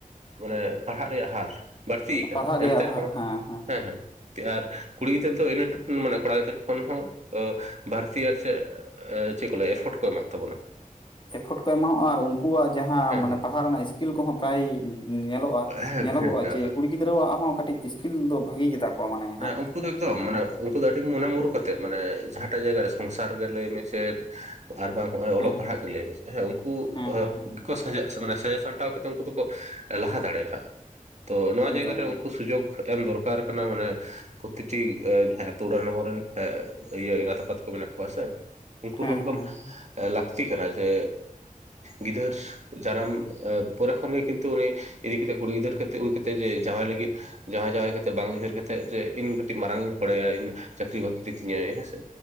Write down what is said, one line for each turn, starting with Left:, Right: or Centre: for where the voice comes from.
Right: ᱢᱟᱱᱮ ᱯᱟᱲᱦᱟᱜ ᱨᱮᱭᱟᱜ ᱦᱟᱨ ᱵᱟᱹᱲᱛᱤ ᱟᱠᱟᱱᱟ᱾
Left: ᱯᱟᱲᱦᱟᱜ
Right: ᱮᱱᱛᱮ
Left: ᱨᱮᱭᱟᱜ
Right: ᱨᱮᱦᱚᱸ
Left: ᱦᱟᱨ ᱦᱮᱸ
Right: ᱦᱮᱸ ᱦᱮᱸ ᱟᱨ ᱠᱩᱲᱤ ᱜᱤᱫᱽᱨᱟᱹ ᱫᱚ ᱤᱱᱟᱹ ᱴᱩ ᱢᱟᱱᱮ ᱠᱚᱲᱟ ᱜᱤᱫᱟᱹᱨ ᱠᱷᱚᱱ ᱦᱚᱸ ᱵᱷᱟᱲᱛᱤᱭᱟ ᱥᱮ ᱪᱮᱫ ᱠᱚ ᱞᱟᱹᱭᱟ ᱮᱯᱷᱳᱴ ᱠᱚ ᱮᱢᱟ ᱟᱛᱟᱵᱚᱱᱟ᱾
Left: ᱮᱯᱷᱳᱴ ᱠᱚ ᱮᱢᱟᱣᱟᱜᱼᱟ ᱟᱨ ᱩᱱᱠᱩᱣᱟᱜ ᱡᱟᱦᱟᱸ
Right: ᱦᱮᱸ
Left: ᱢᱟᱱᱮ
Right: ᱦᱮᱸ
Left: ᱯᱟᱲᱦᱟᱜ ᱨᱮᱱᱟᱜ ᱤᱥᱠᱤᱞ ᱠᱚᱦᱚᱸ ᱯᱨᱟᱭ ᱧᱮᱞᱚᱜᱼᱟ
Right: <unintelligible>
Left: ᱧᱮᱞᱚᱜᱚᱜᱼᱟ ᱡᱮ ᱠᱩᱲᱤ ᱜᱤᱫᱽᱨᱟᱹᱣᱟᱜ ᱦᱚᱸ ᱠᱟᱹᱴᱤᱡ ᱤᱥᱠᱤᱞ ᱫᱚ ᱵᱷᱟᱹᱜᱤ ᱜᱮᱛᱟ ᱠᱚᱣᱟ ᱢᱟᱱᱮ ᱦᱟᱸᱜ
Right: ᱩᱱᱠᱩ ᱫᱚ ᱮᱠᱫᱚᱢ ᱢᱟᱱᱮ
Left: ᱦᱮᱸ
Right: ᱩᱱᱠᱩ ᱫᱚ ᱟᱹᱰᱤ ᱢᱚᱱᱮ ᱢᱩᱨᱩ ᱠᱟᱛᱮᱜ ᱢᱟᱱᱮ ᱡᱟᱦᱟᱸᱴᱟᱜ ᱡᱟᱭᱜᱟ ᱨᱮ ᱥᱚᱝᱥᱟᱨ ᱜᱮ ᱞᱟᱹᱭ ᱢᱮ ᱥᱮ ᱟᱨ ᱵᱟᱝ ᱦᱚᱜ-ᱚᱭ
Left: ᱦᱮᱸ
Right: ᱚᱞᱚᱜ ᱯᱟᱲᱦᱟᱜ
Left: ᱦᱮᱸ
Right: ᱜᱮ ᱞᱟᱹᱭ ᱢᱮᱥᱮ ᱩᱱᱠᱩ
Left: ᱦᱮᱸ ᱦᱮᱸ
Right: ᱦᱚᱸ
Left: ᱦᱮᱸ ᱦᱮᱸ
Right: ᱢᱟᱱᱮ ᱥᱟᱡᱟᱣ ᱥᱟᱢᱴᱟᱣ ᱠᱟᱛᱮ ᱩᱱᱠᱩ ᱫᱚᱠᱚ ᱞᱟᱦᱟ ᱫᱟᱲᱮᱭᱟᱜᱼᱟ ᱛᱚ ᱱᱚᱣᱟ
Left: ᱮᱠᱫᱚᱢ
Right: ᱡᱟᱭᱜᱟ ᱨᱮ
Left: ᱮᱠᱫᱚᱢ
Right: ᱩᱱᱠᱩ ᱥᱩᱡᱳᱜᱽ ᱮᱢ ᱫᱚᱨᱠᱟᱨ ᱠᱟᱱᱟ ᱢᱟᱱᱮ ᱯᱨᱚᱛᱮᱠ ᱴᱤ ᱡᱟᱦᱟ ᱟᱛᱩ ᱚᱲᱟᱜ ᱨᱮᱱ ᱦᱚᱲ ᱨᱮᱱ ᱤᱭᱟᱹ ᱮᱸᱜᱟᱛ ᱟᱯᱟᱛ ᱠᱚ ᱢᱮᱱᱟᱜ ᱠᱚᱣᱟ ᱥᱮ ᱩᱱᱠᱩ
Left: ᱦᱮᱸ
Right: ᱦᱚᱸ ᱮᱠᱫᱚᱢ
Left: ᱦᱮᱸ
Right: ᱞᱟᱹᱠᱛᱤ ᱠᱟᱱᱟ ᱡᱮ ᱜᱤᱫᱟᱹᱨ ᱫᱟᱨᱟᱢ ᱯᱚᱨᱮ ᱠᱷᱚᱱ ᱜᱮ ᱠᱤᱱᱛᱩ ᱩᱱᱤ ᱤᱫᱤ ᱠᱟᱛᱮᱫ ᱠᱩᱲᱤ ᱜᱤᱫᱟᱹᱨ <inaudible> ᱦᱩᱭ ᱠᱟᱛᱮ ᱜᱮ ᱡᱟᱶᱟᱭ ᱞᱟᱹᱜᱤᱫ ᱡᱟᱶᱟᱭ ᱡᱟᱶᱟᱭ ᱠᱟᱛᱮᱫ ᱵᱟᱝ ᱩᱭᱦᱟᱹᱨ ᱠᱟᱛᱮᱫᱼᱼ ᱡᱮ ᱤᱧ ᱠᱟᱹᱴᱤᱡ ᱢᱟᱨᱟᱝ ᱦᱚᱲ ᱟᱭᱟ ᱤᱧ ᱪᱟᱹᱠᱨᱤ ᱵᱟᱹᱠᱨᱤ ᱛᱤᱧᱟᱹᱭ ᱦᱮᱸᱥᱮ᱾